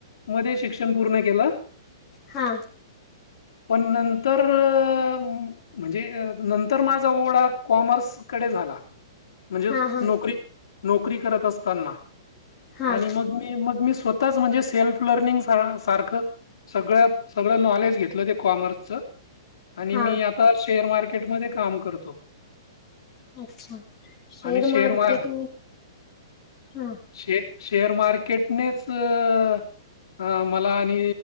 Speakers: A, on the left (about 75°); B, on the left (about 15°).
A: मध्ये शिक्षण पूर्ण केलं
B: हा
A: पण नंतर म्हणजे नंतर माझा ओढा कॉमर्सकडे झाला म्हणजे
B: हां हां
A: नोकरी नोकरी करत असताना
B: हां
A: आणि मग मग मी स्वतःच म्हणजे सेल्फ लर्निंग सारखं सगळ सगळ नॉलेज घेतलं ते कॉमर्सच आणि
B: हां
A: मी आता शेर मार्के ट म काम करतो
B: अच्छा शेअर
A: आणि
B: मार्केट
A: मार
B: हां
A: शे शेअर मार्केटनेच अ मला आणि